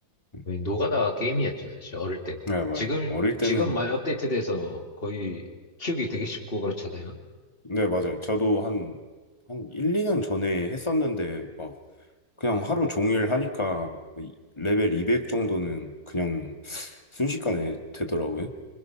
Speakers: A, on the left (about 15°); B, on the left (about 35°).
A: 음.
B: 거의 노가다 게임이었죠, 사실, 어릴 땐.
A: 네, 맞아요.
B: 지금,
A: 어릴 때는
B: 지금 많이 업데이트돼서 거의 키우기 되게 쉽고 그렇잖아요.
A: 네, 맞아요. 저도 한 한 1, 2년 전에 했었는데 막 그냥 하루 종일 하니까 이- 레벨 200 정도는 그냥 순식간에 되더라고요.